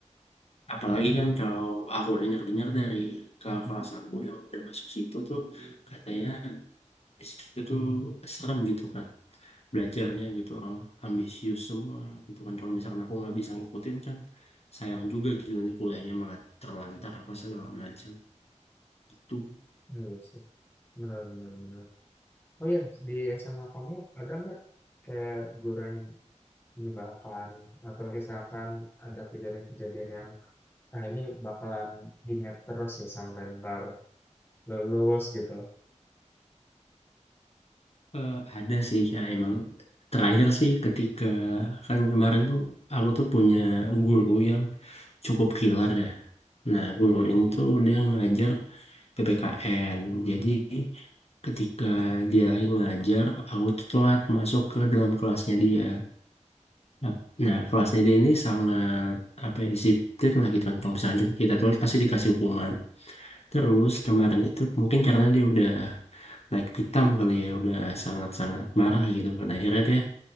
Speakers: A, on the left; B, on the left.
A: apalagi kan kalau aku dengar-dengar dari ke kelas aku yang udah masuk situ tuh katanya di situ tuh serem gitu kan belajarnya gitu orang ambisius semua gitu kan kalau misalkan aku nggak bisa ngikutin kan sayang juga gitu nanti kuliahnya malah terlantar apa segala macam tuh
B: Bener sih. Benar benar benar. Oh ya, di SMA kamu ada nggak kayak guru yang menyebalkan atau misalkan ada kejadian-kejadian yang nah ini bakalan diingat terus ya sampai ntar lulus gitu.
A: eh, ada sih ya emang terakhir sih ketika kan kemarin tuh aku tuh punya guru yang cukup killer ya nah guru ini tuh dia ngajar PPKN jadi ketika dia lagi ngajar aku tuh telat masuk ke dalam kelasnya dia Ap- Nah, kelas DD ini sangat apa ya disiplin lah gitu kan. Kalau misalnya kita telat pasti dikasih hukuman. Terus kemarin itu mungkin karena dia udah naik pitam kali ya, udah sangat-sangat marah gitu kan. Akhirnya dia